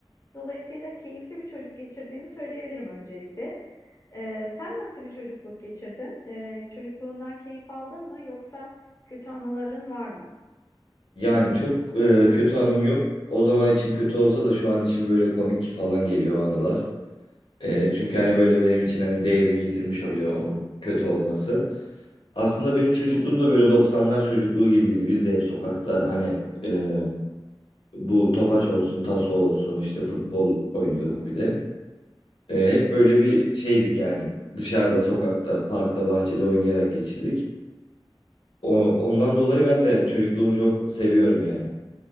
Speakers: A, on the left; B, on the left.
A: Dolayısıyla keyifli bir çocuk geçirdiğimi söyleyebilirim öncelikle. Ee, sen nasıl bir çocukluk geçirdin? Ee, çocukluğundan keyif aldın mı yoksa kötü anıların var mı?
B: Yani çok e, kötü anım yok. O zaman için kötü olsa da şu an için böyle komik falan geliyor o anılar. E, çünkü hani böyle benim için hani değerini yitirmiş oluyor onun kötü olması. Aslında benim çocukluğum da böyle 90'lar çocukluğu gibiydi. Biz de hep sokakta hani e, bu topaç olsun, taso olsun işte futbol oynuyorduk bir de. E, hep böyle bir şeydik yani. Dışarıda, sokakta, parkta, bahçede oynayarak geçirdik. O, ondan dolayı ben de çocukluğumu çok seviyorum yani.